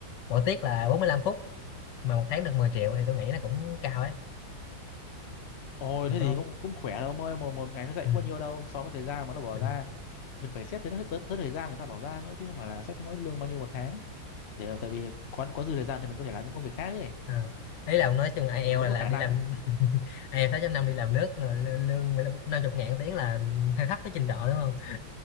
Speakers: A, on the left (about 70°); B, on the left (about 50°).
A: mỗi tiết là 45 phút mà một tháng được 10 triệu thì tôi nghĩ là cũng cao ấy
B: ôi
A: mà
B: thế
A: tôi
B: thì cũng cũng khỏe đâu ông ơi, một một ngày nó dạy
A: ừ.
B: có bao nhiêu đâu so với thời gian mà nó bỏ
A: Ừ.
B: ra. mình phải xét tới tới, tới thời gian người ta bảo ra nữa chứ không phải là xét tới mỗi lương bao nhiêu một tháng để tại vì có có dư thời gian thì mình có thể làm những công việc khác ấy
A: à, ý là ông nói chung IELTS
B: mình vẫn
A: là,
B: có
A: là
B: khả
A: đi
B: năng
A: làm <laughs> ai eo sáu 6 năm đi làm nước là lö- lương mười lăm- năm chục ngàn tiếng là hơi thấp cái trình độ đúng không